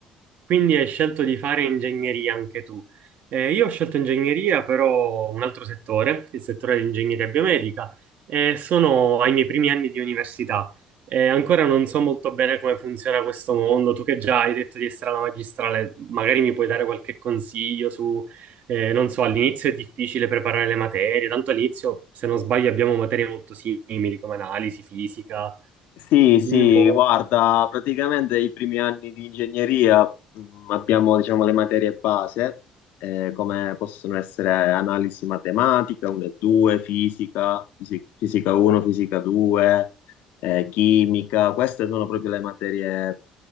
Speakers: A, on the right; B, on the left.
A: Quindi hai scelto di fare ingegneria anche tu. Eh, io ho scelto ingegneria, però un altro settore, il settore di ingegneria biomedica, e sono ai miei primi anni di università. Eh, ancora non so molto bene come funziona questo mondo. Tu che già hai detto di essere alla magistrale, magari mi puoi dare qualche consiglio su, eh, non so, all'inizio è difficile preparare le materie, tanto all'inizio, se non sbaglio, abbiamo materie molto simili come analisi, fisica.
B: Sì, sì,
A: Dimmi un po'.
B: guarda, praticamente i primi anni di ingegneria mh, abbiamo, diciamo, le materie base, eh, come possono essere analisi matematica 1 e 2, fisica, fisi- fisica 1, fisica 2, eh, chimica. Queste sono proprio le materie